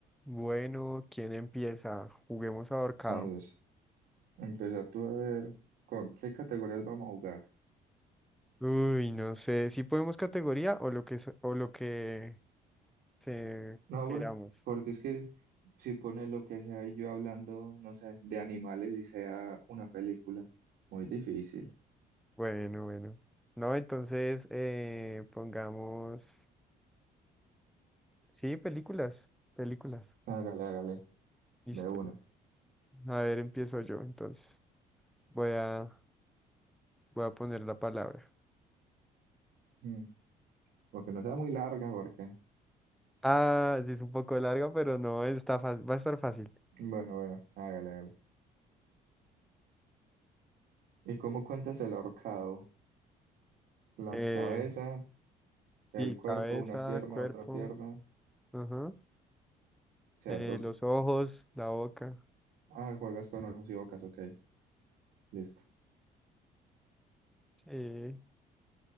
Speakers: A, in the centre; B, on the right.
A: Bueno, ¿quién empieza? Juguemos ahorcado.
B: Entonces, empieza tú a ver co- qué categorías vamos a jugar.
A: Uy, no sé, si podemos categoría o lo que, so- o lo que se
B: No,
A: queramos.
B: por- porque es que si pones lo que sea y yo hablando, no sé, de animales y sea una película, muy difícil.
A: Bueno, bueno. No, entonces eh, pongamos... Sí, películas, películas.
B: Hágale, hágale,
A: Listo.
B: de una.
A: A ver, empiezo yo entonces. Voy a, voy a poner la palabra.
B: Mm, Porque no sea muy larga, porque.
A: Ah, sí, es un poco larga, pero no, está fácil, va a estar fácil.
B: Bueno, bueno, hágale, hágale. ¿Y cómo cuentas el ahorcado? La
A: Eh,
B: cabeza, el
A: sí,
B: cuerpo,
A: cabeza,
B: una pierna,
A: cuerpo,
B: otra pierna, o
A: ajá,
B: sea,
A: eh,
B: dos.
A: los ojos, la boca.
B: Ah, juegas con ojos y bocas, ok, listo.
A: sí